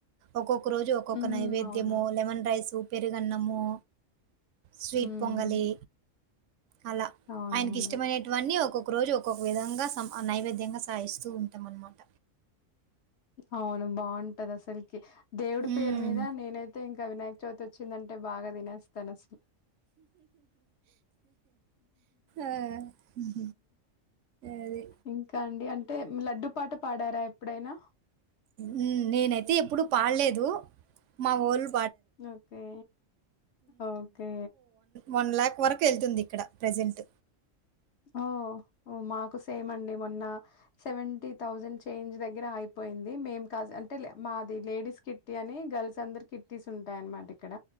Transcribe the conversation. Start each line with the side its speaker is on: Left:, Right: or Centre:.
Right: ఒకొక్క ఒక రోజు ఒక్కొక్క
Left: హ్మ్.
Right: నైవేద్యము
Left: అవును.
Right: లెమన్ రైస్ పెరుగన్నము స్వీట్
Left: హ్మ్.
Right: పొంగలి అలా
Left: అవునవును.
Right: ఆయనకి ఇష్టమైనటువన్నీ ఒకొ ఒక్కొక్క రోజు ఒక ఒక విధంగా స నైవేద్యంగా సాయిస్తూ ఉంటాం అన్నమాట
Left: అవును బాగుంటది అసలుకి దేవుడి
Right: హ్మ్.
Left: పేరు మీద నేనైతే ఇంకా వినాయక్ చవితి వచ్చిందంటే బాగా తినేస్తాను
Right: ఆ! హ్మ్. అది.
Left: ఇంకా అండి అంటే అంటే లడ్డూ పాట పాడారా ఎప్పుడైనా
Right: హ్మ్. నేనైతే ఎప్పుడు పాడలేదు మావోల్లు
Left: ఓకే ఓకే
Right: వన్ లాక్ వరకు వెళ్తుంది ఇక్కడ ప్రజెంట్
Left: ఓ మాకు సేమ్ అండి మొన్న సెవెంటీ థౌజండ్ చేంజ్ దగ్గర అయిపోయింది మేం కా అంటే మాది లేడీస్ కిట్టీ అని గర్ల్స్ అందరు కిట్టీస్ ఉంటాయ అనమాట ఇక్కడ